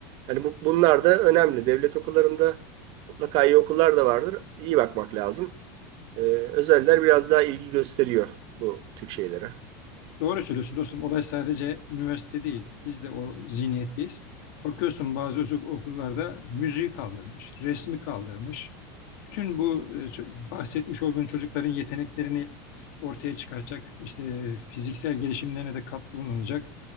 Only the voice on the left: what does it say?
Doğru söylüyorsun dostum. Olay sadece üniversite değil. Biz de o zihniyetteyiz. Bakıyorsun bazı özel okullarda müziği kaldırmış, resmi kaldırmış. Bütün bu e, ço- bahsetmiş olduğun çocukların yeteneklerini ortaya çıkaracak, işte fiziksel gelişimlerine de katkı bulunacak